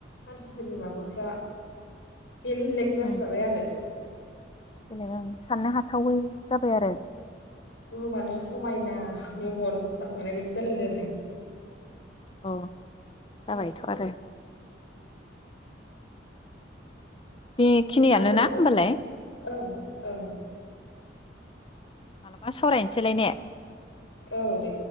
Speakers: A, on the left; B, on the left.
A: मानसिफोरनि माबाफ्रा। बेल लेक जास्राबाय
B: उम
A: आरो
B: बेलेग आं साननो हाथावै जाबाय आरो
A: बुहुमानो समायना महर जाखांनाय बायदि जालायलायबाय।
B: अ जाबायथ' आरो बेखिनियानो
A: आरो
B: ना
A: उनाव
B: होमबालाय
A: ओं ओं
B: मालाबा सावरायनोसैलाय ने।
A: औ दे